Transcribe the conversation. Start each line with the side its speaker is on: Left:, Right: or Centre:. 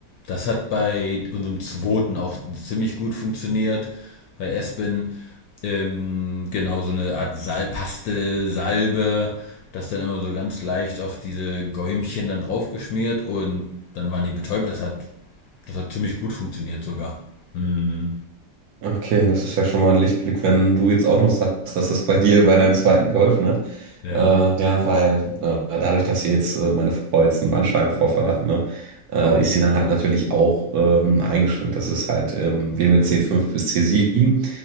Left: Das hat bei unserem zweiten auch ziemlich gut funktioniert. Bei Espen. Ähm, genau, so eine Art Salpaste, Salbe, das dann immer so ganz leicht auf diese Gäumchen dann draufgeschmiert und dann waren die betäubt. Das hat, das hat ziemlich gut funktioniert sogar. Mm,
Right: Okay, das ist ja schon mal ein Lichtblick, wenn du jetzt auch noch sagst, dass das bei dir bei deinem zweiten geholfen hat.
Left: ja.
Right: Äh, ja, weil äh, dadurch, dass sie jetzt, äh, meine Frau jetzt einen Bandscheibenvorfall hat, ne, äh,
Left: Oh
Right: ist sie dann
Left: boy.
Right: halt natürlich auch ähm, eingeschränkt. Das ist halt ähm, WBC
Left: Mhm.
Right: 5 bis c sieben